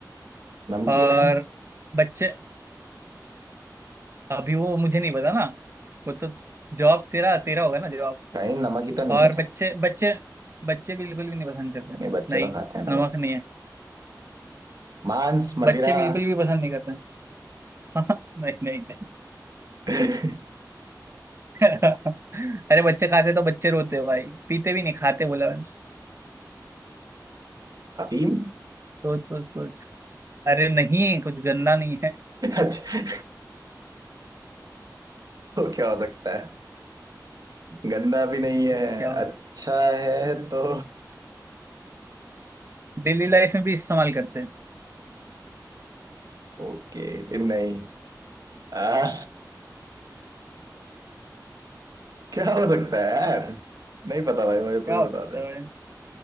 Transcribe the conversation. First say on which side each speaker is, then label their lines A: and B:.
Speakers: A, on the right (about 60°); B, on the right (about 40°).
A: नमकीन
B: और
A: है
B: बच्चे अभी वो मुझे नहीं पता ना वो तो जॉब तेरा तेरा होगा ना जॉब
A: कहीं नमक ही तो नहीं
B: और
A: है
B: बच्चे बच्चे बच्चे बिल्कुल भी नहीं पसंद करते
A: नहीं बच्चे
B: नहीं
A: तो खाते हैं नमक
B: नमक नहीं है
A: मांस मदिरा
B: बच्चे बिल्कुल भी पसंद नहीं करते <laughs> नहीं नहीं नहीं
A: <laughs>
B: <laughs> अरे बच्चे खाते तो बच्चे रोते भाई पीते भी नहीं खाते बोला मैंने
A: अफीम
B: सोच सोच सोच अरे नहीं कुछ गंदा नहीं है
A: अच्छा तो क्या हो सकता है गंदा भी नहीं
B: सोच सोच
A: है
B: क्या हो
A: अच्छा है तो
B: डेली लाइफ में भी इस्तेमाल करते हैं
A: ओके फिर नहीं आ, क्या हो सकता है यार नहीं पता भाई मुझे तू
B: क्या
A: ही
B: हो
A: बता
B: सकता
A: दे
B: है भाई?